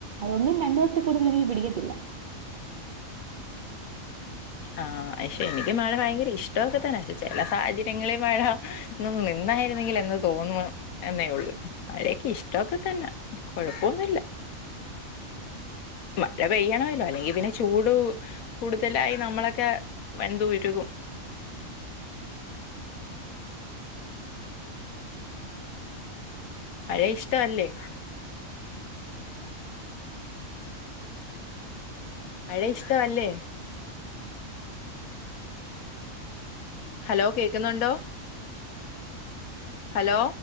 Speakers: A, on the right; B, on the left.
A: അതൊന്നും രണ്ടു ദിവസത്തിൽ കൂടുതൽ എനിക്ക് പിടിക്കത്തില്ല
B: ആഹ് പക്ഷേ എനിക്ക് മഴ ഭയങ്കര ഇഷ്ടൊക്കെ തന്നെ ചില സാഹചര്യങ്ങളിൽ മഴ ഒന്ന് നിന്നായിരുന്നെങ്കിൽ എന്ന് തോന്നു എന്നേ ഉള്ളൂ മഴയൊക്കെ ഇഷ്ടമൊക്കെ തന്നെ കൊഴപ്പൊന്നുമില്ല മഴ പെയ്യണല്ലോ അല്ലെങ്കിൽ പിന്നെ ചൂട് കൂടുതലായി നമ്മളൊക്കെ വെന്തുരുകും മഴയെ ഇഷ്ട അല്ലേ മഴയേ ഇഷ്ട അല്ലേ ഹലോ കേക്കുന്നുണ്ടോ ഹലോ